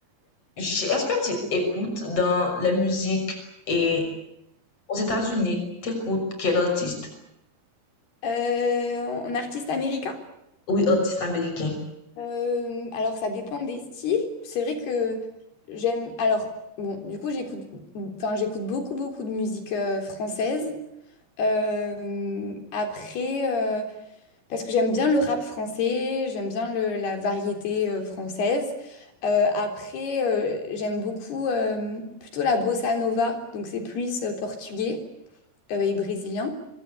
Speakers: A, on the left; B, on the left.
A: j- est-ce que tu écoutes dans la musique et aux États-Unis, t'écoutes quel artiste?
B: Euh, en artiste américain.
A: Oui, artiste américain.
B: Euh, alors ça dépend des styles. C'est vrai que j'aime. Alors bon, du coup j'écoute, enfin j'écoute beaucoup beaucoup de musique euh, française. Euh, après, euh, parce que j'aime bien le rap français, j'aime bien le- la variété euh, française. Euh, après, euh, j'aime beaucoup euh, plutôt la bossa nova, donc c'est plus euh, portugais euh, et brésilien.